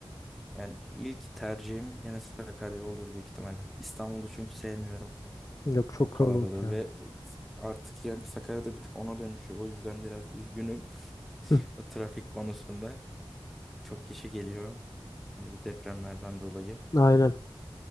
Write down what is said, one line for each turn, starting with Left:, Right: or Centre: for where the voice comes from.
Centre: yani ilk tercihim gene Sakarya olur büyük ihtimalle. İstanbul'u çünkü sevmiyorum.
Left: Yok çok
Centre: O
Left: kalabalık
Centre: kalabalığı
Left: ya.
Centre: ve artık yani Sakarya'da bir tık ona dönüşüyor. O yüzden biraz üzgünüm <laughs>
Left: Hı,
Centre: o trafik konusunda. Çok kişi geliyor. Hani bu depremlerden dolayı.
Left: Aynen.